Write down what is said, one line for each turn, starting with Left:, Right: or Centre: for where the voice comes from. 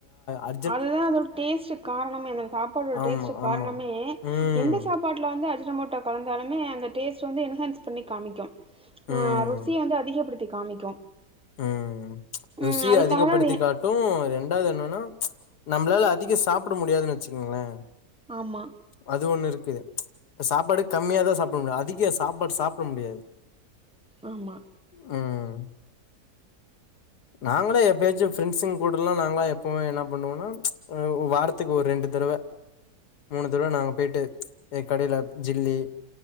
Left: அ
Centre: அதுதா அதோட டேஸ்ட்டுக் காரணமே அந்த சாப்பாடோட்
Left: ஆமா,
Centre: டேஸ்ட்டு
Left: ஆமா.
Centre: காரணமே
Left: ம்.
Centre: எந்த சாப் பாட்ல வந்து அஜின மோட்டா கலந்தாலுமே அந்த டேஸ்ட் வந்து என்ஹான்ஸ் பண்ணி காமிக்கு
Left: ம்.
Centre: ஆ ருசியந்து அதிகப்படுத்தி காமிக்கு
Left: ம்
Centre: ம்
Left: ருசிய
Centre: அதுக்காக
Left: அதிகப்படுத்தி
Centre: அது எ
Left: காட் டு ரெண்டாவ்து என்னன்னா நம்ப்ளால அதிக சாப்பிட முடியாதுன்னு வெச்சுக்கிங்களே
Centre: ஆமா
Left: அது ஒண்ணு இருக்குது இப்ப சாப்பாடு கம்மியா தா சாப்ட முடியு அதிக சாப்பாடு சாப்பிட முடியாது
Centre: ஆமா
Left: ம் நாங்களே எப்பயாச்சு ஃப்ரெண்ட்ஸுங்கூடல்லா நாங்க எப்பவுமே என்ன பண்ணுவோனா அ வாரத் த்துக்கு ஒரு ரெண்டு தடவ மூணு தடவ நாங்க போய்டிட்டு எங் கடைல ஜில்லி